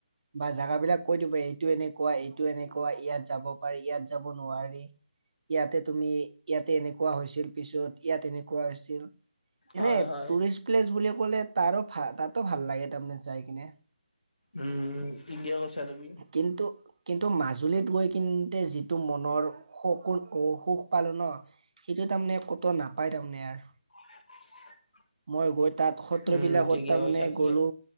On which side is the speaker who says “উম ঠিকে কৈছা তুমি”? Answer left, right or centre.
Left